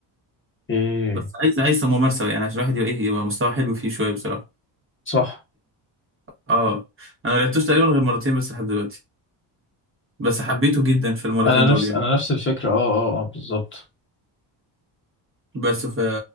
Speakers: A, on the left (about 25°); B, on the right (about 30°).
A: ايه
B: بس عايز عايز ممارسة يعني عشان الواحد يبقى إيه يبقى مستوى حلو فيه شوية بصراحة
A: صح
B: اه انا ما لعبتوش تقريبا غير مرتين بس لحد دلوقتي بس حبيته جدا في المرتين
A: أنا
B: دول
A: نفس
B: يعني
A: أنا نفس الفكرة اه اه اه بالظبط
B: بس ف